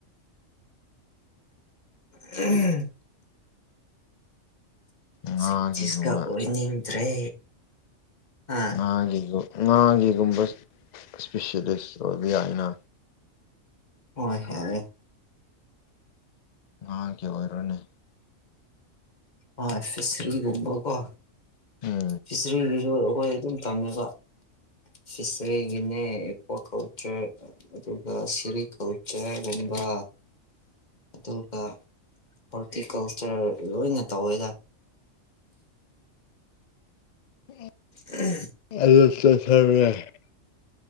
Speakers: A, on the left; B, on the left.
A: ꯎꯝ
B: ꯉꯥꯒꯤꯒꯨꯝꯕ
A: ꯁꯥꯢꯟꯇꯤꯁꯀ ꯑꯣꯏꯅꯤꯡꯗ꯭ꯔꯦ ꯑ
B: ꯉꯥꯒꯤꯒ ꯉꯥꯒꯤꯒꯨꯝꯕ ꯁ꯭ꯄꯤꯁꯦꯜꯂꯤꯁ ꯑꯣꯏꯕ ꯌꯥꯏꯅ
A: ꯍꯣꯏ ꯌꯥꯢꯌꯦ
B: ꯉꯥꯒꯤ ꯑꯣꯏꯔꯣꯅꯦ
A: ꯑꯣꯢ ꯐꯤꯁ꯭ꯔꯤꯒꯨꯝꯕ ꯀꯣ
B: ꯎꯝ
A: ꯐꯤꯁ꯭ꯔꯤꯒꯤꯁꯨ ꯑꯩꯈꯣꯏ ꯑꯗꯨꯝ ꯇꯝꯃꯦꯀꯣ ꯐꯤꯁ꯭ꯔꯤꯒꯤꯅꯦ ꯑꯦꯀ꯭ꯋꯥ ꯀꯜꯆꯔ ꯑꯗꯨꯒ ꯁꯦꯔꯤ ꯀꯜꯆꯔꯒꯨꯝꯕ ꯑꯗꯨꯒ ꯍꯣꯔꯇꯤꯀꯜꯆꯔ ꯂꯣꯏꯅ ꯇꯧꯋꯦꯗ
B: <unintelligible>
A: ꯎꯝ
B: <unintelligible>